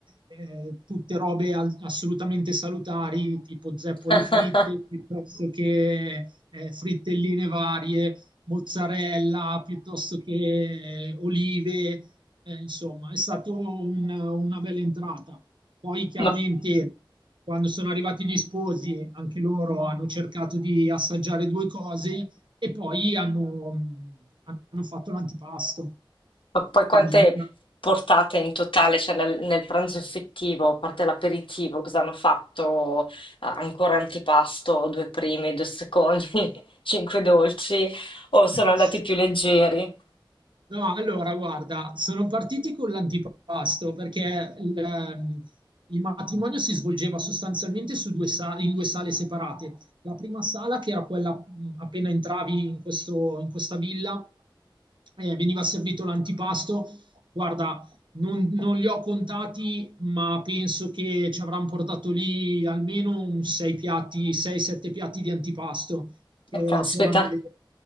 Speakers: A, on the right; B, on the left.
A: eh, tutte robe al- assolutamente salutari, tipo zeppole
B: <laughs>
A: fritte, piuttosto che eh, frittelline varie, mozzarella, piuttosto che eh, olive, eh, insomma, è stata una bella entrata. Poi chiaramente
B: Ma
A: quando sono arrivati gli sposi, anche loro hanno cercato di assaggiare due cose e poi hanno, hanno fatto l'antipasto.
B: Ma poi quante
A: Quindi
B: portate in totale, cioè nel, nel pranzo effettivo, a parte l'aperitivo, cosa hanno fatto? Ah, ancora antipasto, due primi, due secondi, <laughs> cinque dolci, o sono
A: <laughs>
B: andati più leggeri?
A: No, allora, guarda, sono partiti con l'antipasto perché il, ehm, il matrimonio si svolgeva sostanzialmente su due sa- in due sale separate. La prima sala, che era quella mh, appena entravi in questo- in questa villa, eh, veniva servito l'antipasto. Guarda, non, non li ho contati, ma penso che ci avranno portato lì almeno un sei piatti, 6-7 piatti di antipasto che
B: Eh, Caspita,
A: c'erano le,